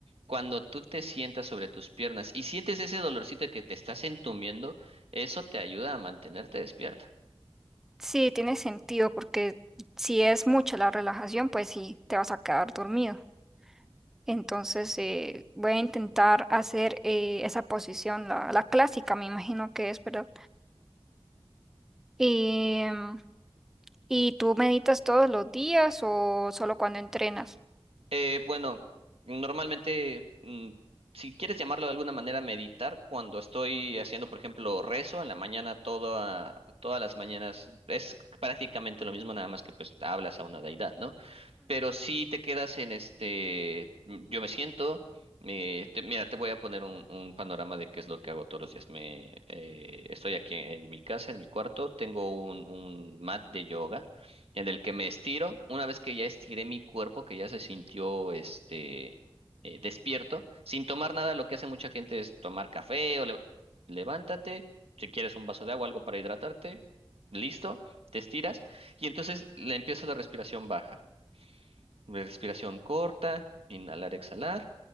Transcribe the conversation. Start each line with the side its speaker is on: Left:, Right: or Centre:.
Right: Cuando tú te sientas sobre tus piernas y sientes ese dolorcito de que te estás entumiendo, eso te ayuda a mantenerte despierto.
Centre: Sí, tiene sentido porque si es mucha la relajación, pues sí, te vas a quedar dormido. Entonces eh, voy a intentar hacer eh, esa posición, la, la clásica, me imagino que es, ¿verdad? Y, em, ¿y tú meditas todos los días o solo cuando entrenas?
Right: Eh, bueno, normalmente, mm, si quieres llamarlo de alguna manera, meditar, cuando estoy haciendo, por ejemplo, rezo en la mañana, toda, todas las mañanas, es prácticamente lo mismo, nada más que pues hablas a una deidad, ¿no? pero si te quedas en este, mm, yo me siento, eh, te- mira, te voy a poner un, un panorama de qué es lo que hago todos los días. Me, eh, estoy aquí en, mi casa, en mi cuarto, tengo un, un mat de yoga en el que me estiro. Una vez que ya estiré mi cuerpo, que ya se sintió este, eh, despierto, sin tomar nada, lo que hace mucha gente es tomar café o le- levántate, si quieres un vaso de agua, algo para hidratarte, listo, te estiras. Y entonces le empiezo la respiración baja. Respiración corta, inhalar, exhalar.